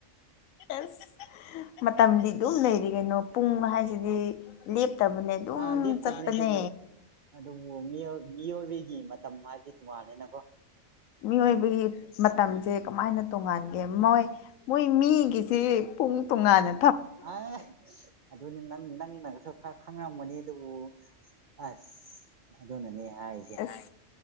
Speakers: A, on the left (about 85°); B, on the right (about 70°).
A: ꯑꯁ ꯃꯇꯝꯗꯤ ꯑꯗꯨꯝ ꯂꯩꯔꯤ ꯀꯩꯅꯣ ꯄꯨꯡ ꯍꯥꯏꯁꯤꯗꯤ ꯂꯦꯞꯇꯕꯅꯦ ꯑꯗꯨꯝ
B: ꯑꯥ ꯂꯦꯞꯇꯕꯅꯦ
A: ꯆꯠꯄꯅꯦ
B: ꯑꯗꯨꯕꯨ ꯑꯗꯨꯕꯨ ꯃꯤꯑꯣꯏ ꯃꯤꯑꯣꯏꯕꯒꯤ ꯃꯇꯝ ꯍꯥꯏꯕꯗꯤ ꯇꯨꯉꯥꯜꯂꯦꯅꯀꯣ
A: ꯃꯤꯑꯣꯏꯕꯒꯤ ꯃꯇꯝꯁꯦ ꯀꯃꯥꯏꯅ ꯇꯣꯡꯉꯥꯟꯒꯦ ꯃꯣꯏ ꯃꯣꯏ ꯃꯤꯒꯤ ꯁꯤ ꯄꯨꯡ ꯇꯨꯉꯥꯟꯅ
B: ꯑ ꯑꯗꯨꯅꯤ ꯅꯪ ꯅꯪ ꯅ ꯊꯣꯛ ꯈ ꯈꯪꯉꯝꯒꯅꯤ ꯑꯗꯨꯕꯨ ꯑꯁ ꯑꯗꯨꯅꯅꯦ ꯍꯥꯏꯁꯦ
A: ꯑꯁ